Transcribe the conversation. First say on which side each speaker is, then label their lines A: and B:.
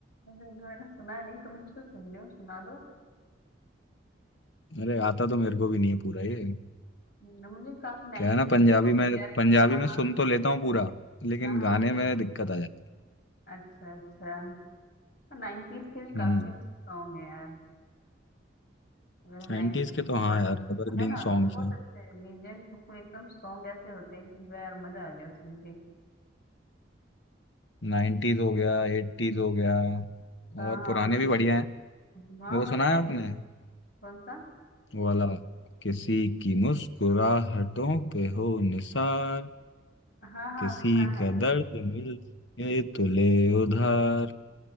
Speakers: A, on the left; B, on the left.
A: मुझे तो मैंने सुना नहीं तुमसे सुन रही हूँ सुना दो
B: अरे आता तो मेरे को भी नहीं है पूरा ये
A: न, मुझे काफी नाइनटीज
B: क्या है ना पंजाबी
A: के सॉन्ग
B: में
A: भी यार
B: पंजाबी
A: हाँ
B: में
A: हाँ
B: सुन तो लेता हूँ पूरा लेकिन
A: हाँ हाँ
B: गाने में दिक्कत आ जाती
A: अच्छा अच्छा नाइनटीज के भी
B: है।
A: काफी
B: हम्म
A: अच्छे सॉन्ग हैं यार अगर हम
B: 90s
A: नाइनटीज
B: के
A: की
B: तो हाँ
A: बात
B: यार एवरग्रीन
A: है ना
B: सॉन्ग्स
A: बहुत
B: हैं
A: अच्छे लीजेंड बिल्कुल एकदम सॉन्ग ऐसे होते हैं कि यार मजा आ गया सुन के
B: 90s हो गया 80s हो गया
A: हाँ
B: और
A: हाँ
B: पुराने भी बढ़िया हैं
A: इन- हाँ
B: वो
A: वही
B: सुना
A: कह
B: है आपने
A: रही हूँ कौन सा
B: वो वाला किसी की मुस्कुराहटों पे हो निसार
A: हाँ हाँ
B: किसी
A: सुना है
B: का दर्द मिल ये तो ले उधार